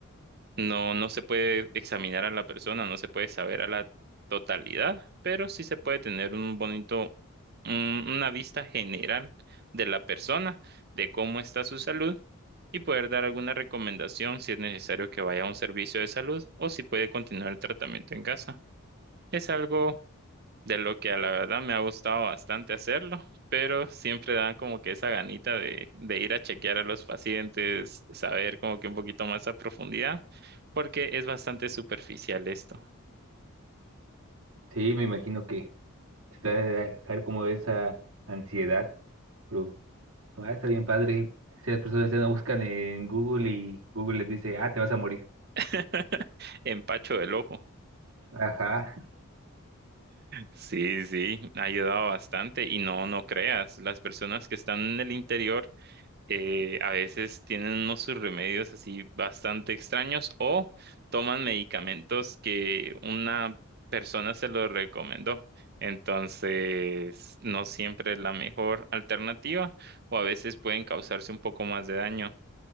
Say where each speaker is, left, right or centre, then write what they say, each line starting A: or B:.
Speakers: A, on the right; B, on the right.
A: no, no se puede examinar a la persona, no se puede saber a la totalidad, pero sí se puede tener un bonito, un- una vista general de la persona, de cómo está su salud y poder dar alguna recomendación si es necesario que vaya a un servicio de salud o si puede continuar el tratamiento en casa. Es algo de lo que a la verdad me ha gustado bastante hacerlo, pero siempre da como que esa ganita de, de ir a chequear a los pacientes, saber como que un poquito más a profundidad, porque es bastante superficial esto.
B: Sí, me imagino que te va a dejar como esa ansiedad, pero no, ah, está bien padre. Si las personas ya no buscan en Google y Google les dice, ah, te vas a morir.
A: <laughs> Empacho del ojo.
B: Ajá,
A: Sí, sí, ha ayudado bastante y no, no creas, las personas que están en el interior eh, a veces tienen unos sus remedios así bastante extraños o toman medicamentos que una persona se los recomendó. Entonces, no siempre es la mejor alternativa o a veces pueden causarse un poco más de daño.